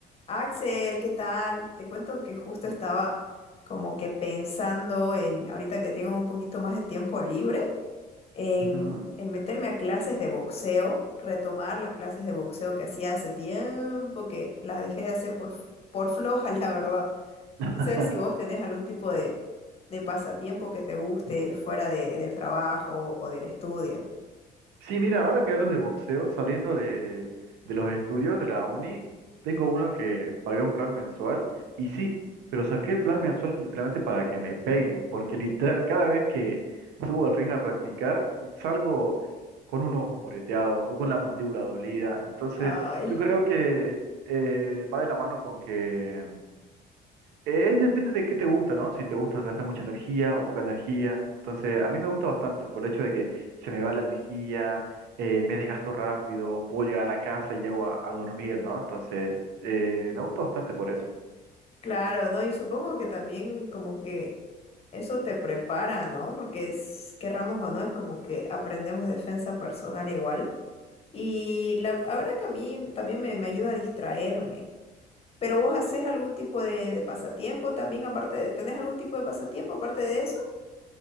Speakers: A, on the left; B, on the right.
A: Axel, ¿qué tal? Te cuento que justo estaba como que pensando en, ahorita que tengo un poquito más de tiempo libre, en,
B: Ujú.
A: en meterme a clases de boxeo, retomar las clases de boxeo que hacía hace tiempo, que las dejé de hacer por, por floja, <laughs> la verdad.
B: <laughs>
A: No sé si vos tenés algún tipo de, de pasatiempo que te guste fuera de- del trabajo o del estudio.
B: Sí, mira, ahora que hablas de boxeo, saliendo de, de los estudios de la uni, tengo uno que pagué un plan mensual y sí, pero saqué el plan mensual literalmente para que me peguen, porque literal cada vez que subo al ring a practicar, salgo con un ojo moreteado o con la mandíbula dolida. Entonces,
A: Ay.
B: yo creo que eh, va de la mano con que es depende de qué te gusta, ¿no? Si te gusta gastar mucha energía o poca energía. Entonces, a mí me gusta bastante por el hecho de que se me va la energía, eh, me desgasto rápido, puedo llegar a la casa y llego a, a dormir, ¿no? Entonces, eh, me gusta bastante por eso.
A: Claro, ¿no? Y supongo que también como que eso te prepara, ¿no? Porque es, querramos o no, es como que aprendemos defensa personal igual. Y la, la verdad que a mí también me, me ayuda a distraerme. Pero vos haces algún tipo de, de pasatiempo también, aparte de, ¿tenés algún tipo de pasatiempo aparte de eso?